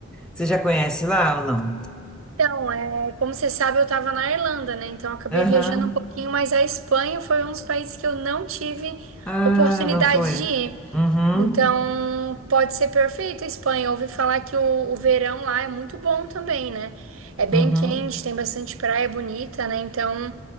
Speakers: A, in the centre; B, on the right.
A: Você já conhece lá ou não?
B: Então, é, como você sabe, eu tava na Irlanda, né? Então, eu acabei
A: Aham.
B: viajando um pouquinho, mas a Espanha foi um dos países que eu não tive
A: Ah,
B: oportunidade
A: não foi.
B: de ir.
A: Uhum.
B: Então, pode ser perfeito a Espanha. Eu ouvi falar que o, o verão lá é muito bom também, né? É bem
A: Uhum.
B: quente, tem bastante praia bonita, né? Então,